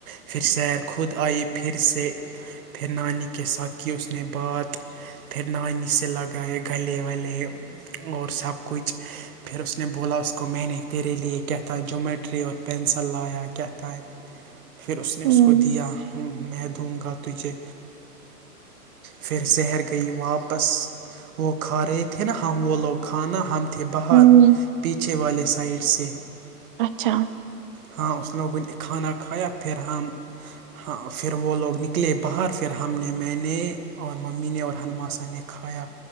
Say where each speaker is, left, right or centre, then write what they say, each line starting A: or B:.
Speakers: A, on the right; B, on the right.
A: پھر سیر خود آئی پھر سے پھر نانی کے ساتھ کی اس نے بات پھر نانی سے لگائے گلے ولے اور سب کچھ پھر اس نے بولا اس کو میں نے تیرے لیے کیا تھا جومیٹری اور پینسل لایا کتام پھر اس نے
B: ہوں
A: اس کو دیا میں دوں گا تجھے پھر سحیر گئی واپس وہ کھا رہے تھے نا ہم وہ لوگ کھانا ہم تھے بہار
B: ہوں
A: پیچھے والے سائڈ سے
B: اچھا
A: ہاں اس نے وہ کھانا کھایا پھر ہم ہاں پھر وہ لوگ نکلے باہر پھر ہم نے میں نے اور ممی نے اور ہمنماسا نے کھایا